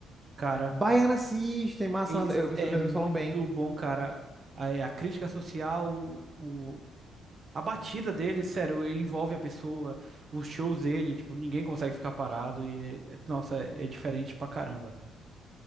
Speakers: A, on the right; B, on the right.
A: Cara,
B: Baiana System, massa,
A: eles
B: massa. Eu, meus
A: é
B: amigos
A: muito
B: falam bem.
A: bom, cara. A, a crítica social, o, a batida dele, sério, envolve a pessoa, os shows dele, tipo, ninguém consegue ficar parado e, é- é- nossa, é, é diferente pra caramba.